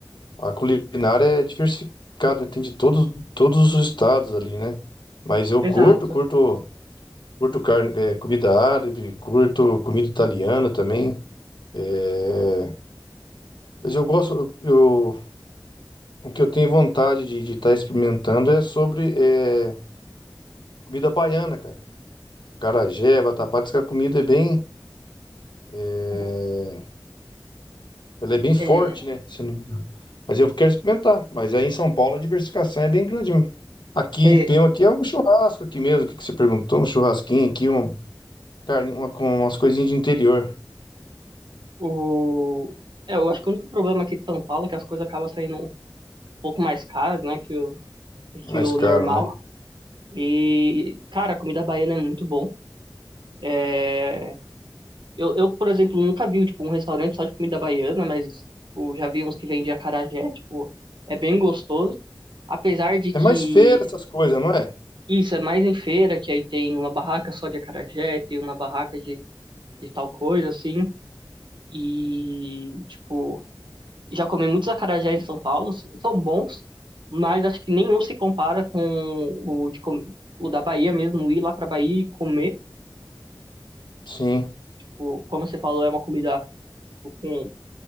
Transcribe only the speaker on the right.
exato.
O-
É,
é,
O... É, eu acho que o único problema aqui de São Paulo é que as coisas acabam saindo um pouco mais caras, né, que o,
que o
normal.
E, cara, a comida baiana é muito bom. É... Eu, eu, por exemplo, nunca vi, tipo, um restaurante só de comida baiana, mas, tipo, já vi uns que vendem acarajé, tipo, é bem gostoso. Apesar de que
isso é mais em feira, que aí tem uma barraca só de acarajé, tem uma barraca de, de tal coisa, assim. E, tipo... Já comi muitos acarajés em São Paulo, são bons, mas acho que nenhum se compara com o, de com- o da Bahia mesmo, ir lá pra Bahia e comer.
Tipo, como você falou, é uma comida tipo, com